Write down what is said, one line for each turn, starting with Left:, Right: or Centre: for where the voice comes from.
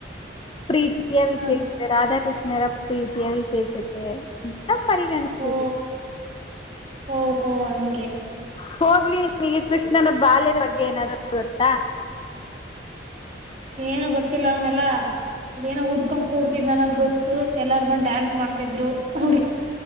Left: ಪ್ರೀತಿಯ ವಿಶೇಷತೆ
Right: ಹ
Left: ರಾಧಾಕೃಷ್ಣರ ಪ್ರೀತಿಯ ವಿಶೇಷತೆ ನ ಪರಿಗಣಿಸ್ತೀವಿ
Right: ಓ ಓಹೋ ಹಂಗೆ
Left: ಹೋಗ್ಲಿ ನಿಮಗೆ ಕೃಷ್ಣನ ಬಾಲ್ಯದ ಬಗ್ಗೆ ಏನಾದ್ರು ಗರುತ್ತಾ
Right: ಏನು ಗೊತ್ತಿಲ್ಲ ಅವನೆಲ್ಲಾ ಅದೇನ ಉದಕೊಂಡ್ ಕೂಡ್ತಿದ್ ಅನ್ನೋದು್ ಗೊತ್ತು ಎಲ್ಲಾರ ಬಂದ್ ಡ್ಯಾನ್ಸ್ ಮಾಡ್ತಿದ್ರು ಅವ